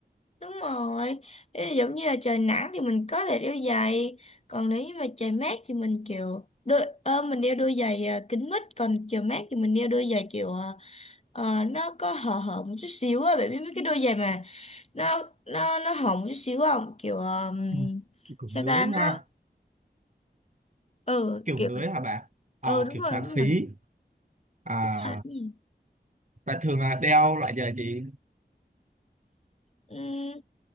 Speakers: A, on the left (about 35°); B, on the right (about 45°).
A: Đúng rồi, Ý là giống như là trời nắng thì mình có thể đeo giày, còn nếu như mà trời mát thì mình kiểu đôi ờ, mình đeo đôi giày à, kính mít, còn trời mát thì mình đeo đôi giày kiểu à, ờ, nó có hở hở một chút xíu á, bạn biết mấy cái đôi giày mà nó nó nó hở một chút xíu không? Kiểu um,
B: Ừ. Kiểu
A: sao
B: lưới
A: ta
B: ha,
A: nó ừ
B: kiểu
A: kiểu
B: lưới hả bạn? Ờ,
A: ừ đúng
B: kiểu
A: rồi
B: thoáng
A: đúng
B: khí.
A: rồi.
B: À,
A: À, đúng rồi.
B: bạn thường ờ, đeo loại giày gì?
A: Ừm,